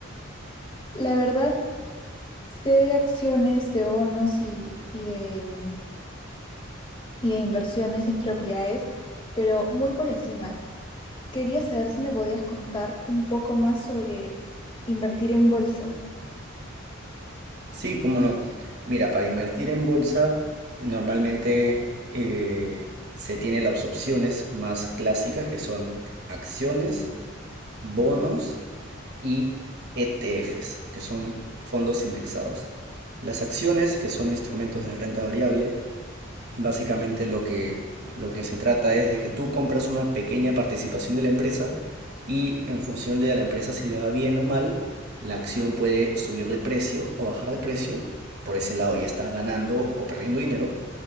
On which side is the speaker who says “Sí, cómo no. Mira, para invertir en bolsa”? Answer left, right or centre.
Right